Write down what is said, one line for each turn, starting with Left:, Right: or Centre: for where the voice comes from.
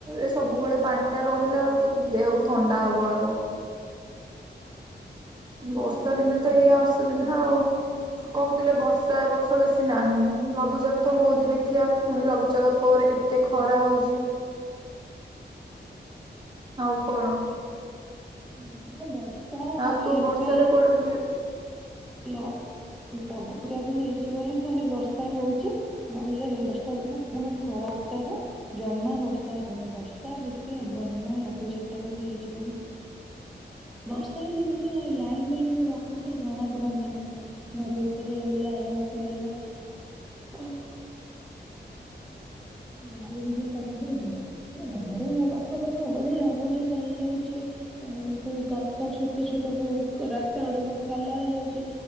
Right: ଏ ସବୁବେଳେ ପାଣି ଟା ରହିଲା ଆଳକୁ ଦେହକୁ ଥଣ୍ଡା ହବ ଆଗ। ବର୍ଷା ଦିନେ ତ ଏୟା ଅସୁବିଧା ଆଉ। କହୁଥିଲେ ବର୍ଷା ଏ ବର୍ଷ ବେଶି ନାହିଁ ଲଘୁଚାପ ତ ହଉଛି ଦେଖିବା ତ ଲଘୁଚାପ ପରେ କେତେ ଖରା ହଉଛି? ଆଉ କଣ?
Centre: ନାମ ବର୍ଷା
Right: ଆଉ ତୁ
Centre: ଏବେ
Right: ବର୍ଷାରେ
Centre: ଏଇ
Right: କୁଆଡେ ବୁଲି
Centre: ହେଲୋ ଲ ଲଘୁଚାପ ହେଇଛି ବୋଲି ଖାଲି ବର୍ଷା ହଉଛି। ନହେଲେ ବର୍ଷା <unintelligible> ପୁଣି ଖରା ଟାରେ ଜମା ବର୍ଷା ହବନି ବର୍ଷା ବେଶୀ ହବନି ମୁଁ ଏଇ ଲଘୁଚାପଟା ଖାଲି ହେଇଛି ବୋଲି। ବର୍ଷା ହେଲେ କିଛି ନାଇଁ ଲାଇନ୍ ପାଇଁନ ଟିକେ ରଖନ୍ତେ ଜଣା ପଡନ୍ତାନି ଘର ଭିତରେ ରହିଲେ ଆରାମସେ ରହିବ। ବାଇ ପାଖ ଦଉଛ ସେ ବା ଘର ପାଖରେ ଯୋଉ ଅଳିଆ ଆବର୍ଜନା ହେଇଯାଉଛି ଆ ସବୁ ଗାତ ଛୋଟ ଛୋଟ ଯୋଉ ରାସ୍ତା ଗୁଡା ସବୁ ଖାଲ ହେଇଯାଉଛି